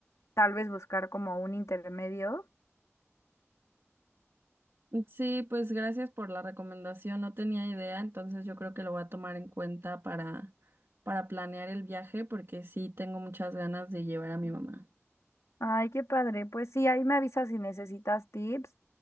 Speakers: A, on the left (about 85°); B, on the right (about 55°).
A: tal vez buscar como un intermedio.
B: Sí, pues gracias por la recomendación, no tenía idea, entonces yo creo que lo voy a tomar en cuenta para para planear el viaje, porque sí tengo muchas ganas de llevar a mi mamá.
A: Ay, qué padre. Pues sí, ahí me avisas si necesitas tips